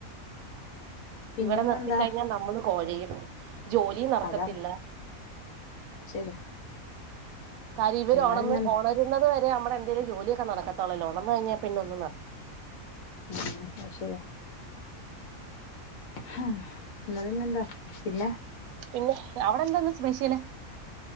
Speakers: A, on the left; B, on the right.
A: പിന്നെന്നെന്താ
B: ഇവിടെ നിർത്തി കഴിഞ്ഞ നമ്മള് കൊഴയും. ജോലിയും നടക്കത്തില്ല
A: അതാണ് അത് ശരിയാ
B: കാര്യം ഇവര്
A: എന്നാ
B: ഒണന്ന്
A: പിന്നെ
B: ഒണരുന്നത് വ രെ നമ്മളെ എന്തേലും ജോലിയൊക്കെ നടക്കത്തൊള്ളല്ലോ ഒണർന്നു കഴിഞ്ഞ പിന്നെ ഒ
A: ഉം അത് ശെരിയ ഹ ഇന്നാ പിന്നെന്താ പിന്നെ
B: പിന്നെ അവിടെ എന്താ ഇന്ന് സ്പെഷ്യല്